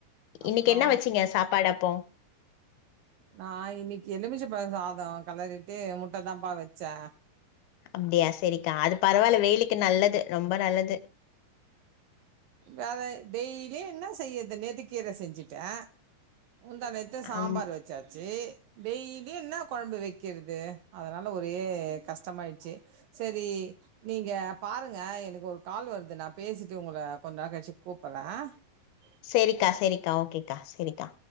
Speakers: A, on the left; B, on the right.
A: இன்னைக்கு
B: அப்றோ
A: என்னவச்சீங்க சாப்பாடப் போம்
B: நான் இன்னிக்கு எலுமிச்சப்பழசாதம் கிளறிட்டு முட்ட தாம்ப்பா வச்சேன்.
A: அப்படியா சரிக்கா அது பரவால்ல வெயிலுக்கு நல்லது, ரொம்ப நல்லது.
B: வேற டெய்லியும் என்ன செய்யது நேத்துக்கீரை செஞ்சுட்டே முந்தாநேத்து சாம்பாரு
A: ஆம்
B: வச்சாச்சு டெய்லி என்ன குழம்பு வைக்கிறது, அதனால ஒரே கஷ்டமயிச்சு சரி நீங்க பாருங்க எனக்கு ஒரு கால் வருது நான் பேசிட்டு உங்கள கொஞ்சநேரம் கழிச்சு கூப்பறன்
A: சேரிக்கா சேரிக்கா ஓகே ஆ சரிக்கா